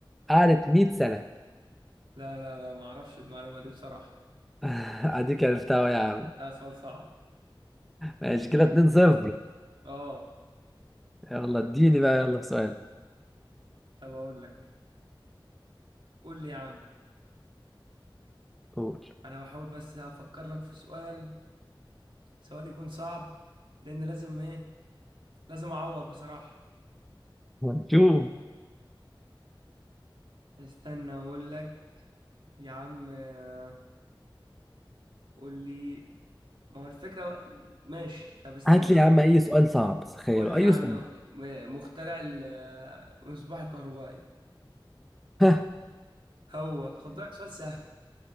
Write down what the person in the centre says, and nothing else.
قعدت 100 سنة
<laughs> أديك عرفتها أهو يا عم
ماشي كده 2 0
يلا اديني بقى يلا في سؤال
قول
هنشوف
هات لي
يا
عم أي سؤال صعب تخيل
أي
سؤال
<laughs>